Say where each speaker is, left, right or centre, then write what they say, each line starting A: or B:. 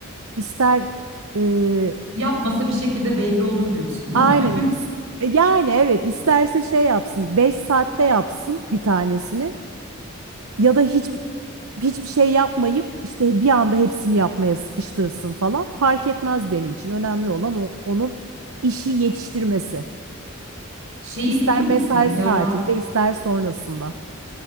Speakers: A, on the right; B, on the right.
A: ister e,
B: Yapmasa bir şekilde belli olur diyorsun, değil
A: aynen
B: mi?
A: is-
B: <laughs>
A: yani evet isterse şey yapsın 5 saatte yapsın bir tanesini ya da hiçbir hiçbir şey yapmayıp işte bir anda hepsini yapmaya sıkıştırsın falan fark etmez benim için önemli olan o, onun işi yetiştirmesi
B: Şeyi
A: ister
B: biliyor
A: mesai
B: musun bir
A: saatinde
B: ara
A: ister sonrasında.